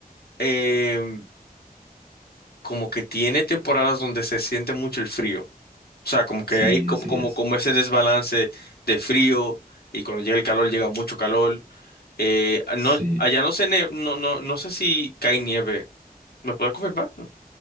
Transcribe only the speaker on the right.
Sí,
así
es.
Sí.